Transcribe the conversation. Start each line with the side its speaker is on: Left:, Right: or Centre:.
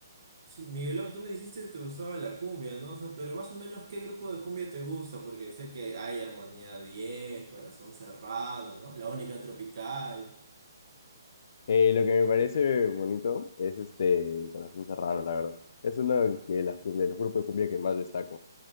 Right: sí, Miguelón, tú me dijiste que te gustaba la cumbia, ¿no? O sea, pero más o menos, ¿qué grupo de cumbia te gusta? Porque sé que hay Armonía diez Corazón Serrano, ¿no? La Única Tropical.
Left: Eh, lo que me parece bonito es este Corazón Serrano, la verdad. Es uno de, las, cu- de los grupos de cumbia que más destaco.